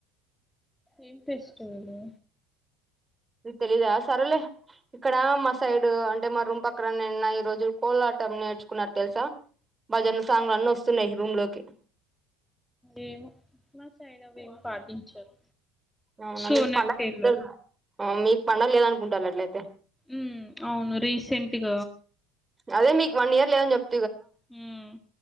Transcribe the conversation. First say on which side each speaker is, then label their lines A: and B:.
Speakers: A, in the centre; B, on the right.
A: ఏం ఫెస్టివలు?
B: తెలీదా సరలే, ఇక్కడ మా సైడ్ అంటే మా రూమ్ పక్కన నిన్న ఈ రోజు కోలాటం నేర్చుకున్నారు తెలుసా? భజన సాంగు అన్నోస్తున్నాయి రూమ్ లోకి.
A: ఏమో, మా సైడవ్వేం పాటించరు.
B: అవునా
A: సో
B: మీక్
A: నాకు
B: పండగిప్పుడేనా?
A: తెల్వదు
B: ఆ మీకు పండగ లేదనుకుంటాలే అట్లయితే.
A: ఉమ్ అవును రీసెంట్గ
B: అదే మీకు వన్ ఇయర్ లేదని చెప్
A: హ్మ్